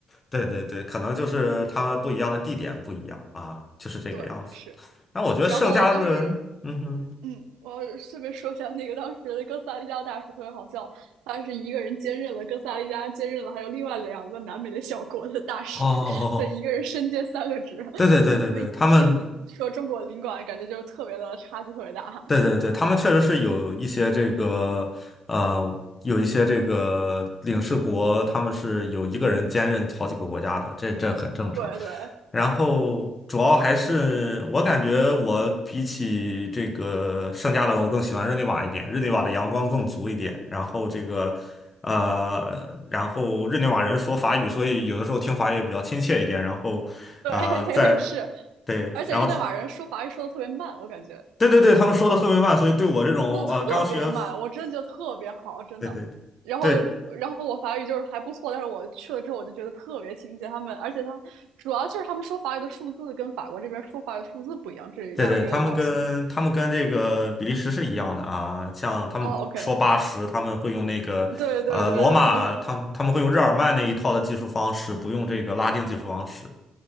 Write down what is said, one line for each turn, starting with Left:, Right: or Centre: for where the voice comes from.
Left: 对对对，可能就是他们不一样的地点不一样啊，就是这个样子。
Right: 对是，
Left: 那我觉得圣家的人，
Right: 然后当时
Left: 嗯哼，
Right: 嗯，我顺便说一下，那个当时的哥斯达黎加大使特别好笑，他是一个人兼任了哥斯达黎加，兼任了还有另外两个南美的小国的大使，
Left: 哦，
Right: 他一个人身兼三个职。<laughs>
Left: 对对对对对，
Right: 我一听你说中国领馆，
Left: 他们。
Right: 感觉就特别的差距特别大。
Left: 对对对，他们确实是有一些这个，呃，有一些这个领事国，他们是有一个人兼任好几个国家的，这这很正常。
Right: 对对
Left: 然后主要还是我感觉我比起这个圣加仑，我更喜欢日内瓦一点，日内瓦的阳光更足一点。然后这个，呃，然后日内瓦人说法语，所以有的时候听法语也比较亲切一点。然后，
Right: <laughs> 对，
Left: 啊，在
Right: <laughs> 是，
Left: 对，
Right: 而且日内瓦人说法语说的特别慢，
Left: 然后
Right: 我感觉。
Left: 对对对，他们说的特别慢，所以对我这种呃刚学，
Right: 速特别慢，我真的觉得特别好，真的。
Left: 对对对
Right: 然后，然后我法语就是还不错，但是我去了之后我就觉得特别亲切。他们，而且他主要就是他们说法语的数字跟法国这边说法语的数字不一样，这让人有点闹心。
Left: 对对，他们跟他们跟这个比利时是一样的啊，像他们说八十，
Right: 哦，OK，
Left: 他们会用那个呃罗马，
Right: 对对对，我是
Left: 他们他们会用日耳曼那一套的技术方式，不用这个拉丁技术方式。